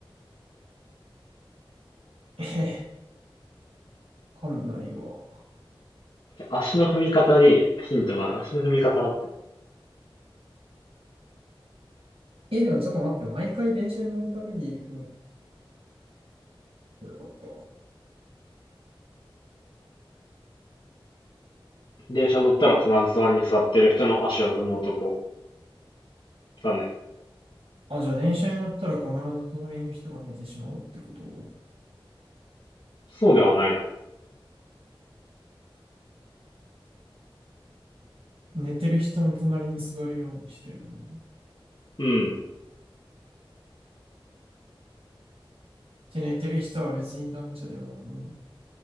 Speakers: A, on the right; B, on the left.
A: <laughs> え、わかんないわ。
B: 足の踏み方にヒントがある。足の踏み方だって。
A: え、でもちょっと待って、毎回電車に乗るたびに踏むってよかったな。
B: 電車乗ったら必ず隣に座ってる人の足を踏む男。だね。
A: あ、じゃあ電車に乗ったら必ず隣の人が寝てしまうってこと
B: そうではないな。
A: 寝てる人の隣に座るようにしてるの。
B: うん。
A: で、寝てる人は別に男女でもおるん